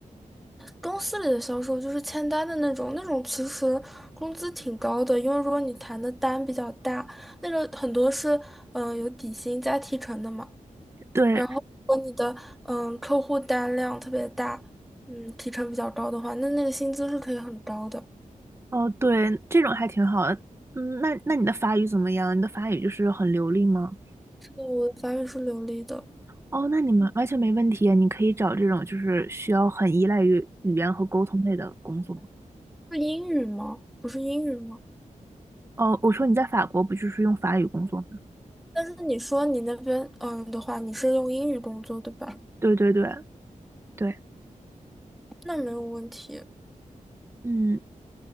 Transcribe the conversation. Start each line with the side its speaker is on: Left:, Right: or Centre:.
Centre: 公司里的销售就是签单的那种，那种其实工资挺高的，因为如果你谈的单比较大，那个很多是，嗯，有底薪加提成的嘛。
Right: 对，
Centre: 然后如果你的，嗯，客户单量特别大，嗯，提成比较高的话，那那个薪资是可以很高的。
Right: 哦，对，这种还挺好的。嗯，那那你的法语怎么样？你的法语就是很流利吗？
Centre: 我的法语是流利的，
Right: 哦，那你们完全没问题啊，你可以找这种就是需要很依赖于语言和沟通类的工作。
Centre: 是英语吗？不是英语吗？
Right: 哦，我说你在法国不就是用法语工作吗？
Centre: 但是你说你那边嗯的话，你是用英语工作对吧？
Right: 对对对对，
Centre: 那没有问题。
Right: 嗯。